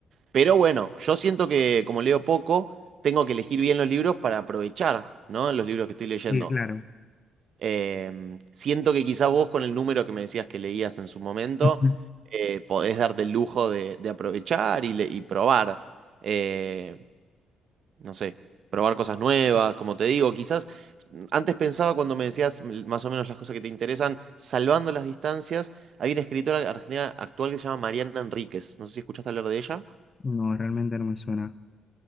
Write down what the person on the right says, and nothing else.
Pero bueno, yo siento que como leo poco, tengo que elegir bien los libros para aprovechar, ¿no? Los libros que estoy leyendo.
Eh, siento que quizá vos con el número que me decías que leías en su momento,
eh, podés darte el lujo de, de aprovechar y, le- y probar, eh, no sé, probar cosas nuevas, como te digo, quizás mm, antes pensaba cuando me decías mm, más o menos las cosas que te interesan, salvando las distancias, hay una escritora argentina actual que se llama Mariana Enríquez, no sé si escuchaste hablar de ella.